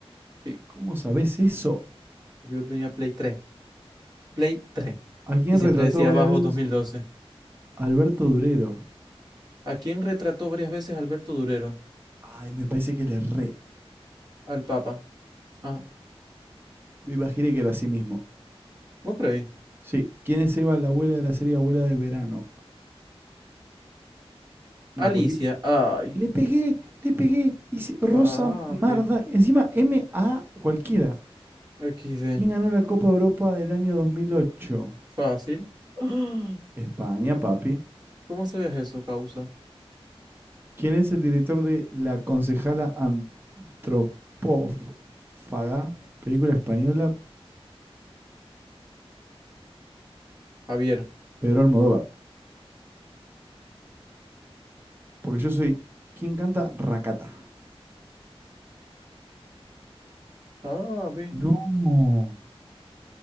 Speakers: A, on the right (about 40°); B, on the right (about 20°).
A: Sí,
B: ¿cómo sabés eso?
A: porque yo tenía Play tres Play tres
B: ¿A quién
A: Y siempre
B: retrató
A: decía
B: varias
A: abajo 2012.
B: veces? Alberto Durero.
A: ¿A quién retrató varias veces Alberto Durero?
B: Ay, me parece que le re.
A: Al Papa. Ah,
B: Me imaginé que era así mismo.
A: ¿vos creéis?
B: Sí. ¿Quién es Eva, la abuela de la serie Abuela de Verano? No,
A: Alicia.
B: cualquier...
A: Ay,
B: Le pegué, le pegué. Hice Rosa
A: papi.
B: Marda. Encima M A cualquiera.
A: XD.
B: ¿Quién ganó la Copa Europa del año 2008?
A: Fácil. <gasps> ¡Ah!
B: España, papi.
A: ¿Cómo sabías eso, causa?
B: ¿Quién es el director de La concejala antropófaga? Película española,
A: Javier.
B: Pedro Almodóvar. Porque yo soy ¿Quién canta Racata.
A: Papi.
B: No.